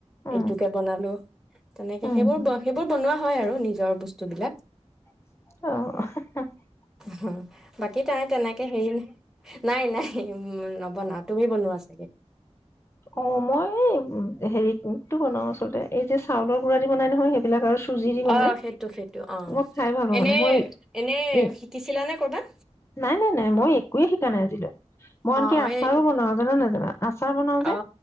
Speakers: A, on the left (about 25°); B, in the centre.
A: উম,
B: এইটোকে বনালো তেনেকে
A: উম,
B: সেইবোৰ ব সেইবোৰ বনোৱা ব
A: আহ
B: হা বাকী তাই তেনেকে হেৰি ন নাই নাই উ নবনা তুমি বনোৱা চাগে
A: অ মই হেৰিতটো বনাও আচল্ততে এই যে চাউলৰ গুৰা দি বনাই নহয় সেইবিলাক আৰু চুজি দি বনাই
B: অ সেইটো সেইটো অ
A: মই খাই ভাল পাওঁ
B: এনে
A: মানে মই
B: এনে শিকিছিলানে কৰ'বাত
A: নাই নাই নাই মই একোৱে শিকা নাই আজিলৈ মইনকি
B: অ অ
A: আচাৰো
B: এই
A: বনাও জানা নে জানা আচাৰ বনাও যে
B: অ